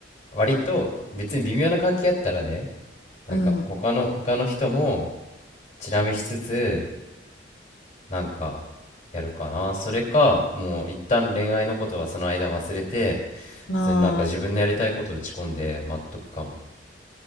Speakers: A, on the left; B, on the left.
A: 割と別に微妙な関係やったらねなんか他の他の人も
B: うん。
A: チラ見しつつなんかやるかなそれかもう一旦恋愛のことはその間忘れて
B: ま
A: 普通になんか自分のやりたいことを打ち込んで待っとくかも